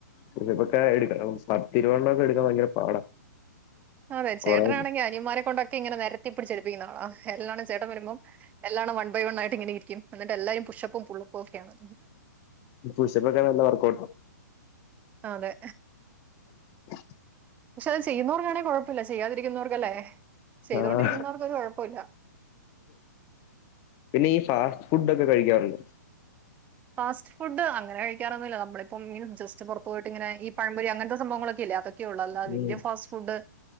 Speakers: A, on the left; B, on the right.
A: പുഷപ്പൊക്കെ എട്ക്കണം പത്തിരുവണ്ണാെക്കെ എട്ക്കാൻ ഭയങ്കര പാടാ
B: അതെ ചേട്ടനാണെങ്കി
A: കൊറേ
B: അനിയമാരെ കൊണ്ടൊക്കെ ഇങ്ങനെ നെരത്തിപ്പിടിച് എടുപ്പിക്കുന്നാളാ എല്ലാടെം ചേട്ടൻ വരുമ്പോ എല്ലാണം വൺ ബൈ വൺ ആയിട്ട് ഇങ്ങനെ ഇരിക്കും എന്നിട്ട് എല്ലാരും പുഷപ്പും പുള്ളപ്പും ഒക്കെയാണ്
A: പുഷപ്പൊക്കെ നല്ല വർക്കൗഔട്ടാ
B: അതെ
A: <inaudible>
B: പക്ഷെ അത് ചെയ്യുന്നവർക്കാണെങ്കി കാെഴപ്പല്ല ചെയ്യാതിരിക്കുന്നവർക്കല്ലേ ചെയ്തോണ്ടിരിക്കുന്നവർക്ക്
A: ആഹ്
B: ഒരു കൊഴപ്പോം ഇല്ല
A: പിന്നെ ഈ ഫാസ്റ്റ് ഫുഡ് ഒക്കെ കഴിക്കാറുണ്ടോ
B: ഫാസ്റ്റ് ഫുഡ് അങ്ങനെ കഴിക്കാറൊന്നുല്ല നമ്മളിപ്പം ഇങ്ങനെ ജസ്റ്റ്പൊറത്ത് പോയിട്ട് ഇങ്ങനെ ഈ പഴംമ്പൊരി അങ്ങൻത്തെ സംവങ്ങളൊക്കെ ഇല്ലേ അതൊക്കെയ ഒള്ളൂ അല്ലാതെ
A: ഉം.
B: വല്ല്യ ഫാസ്റ്റ് ഫുഡ്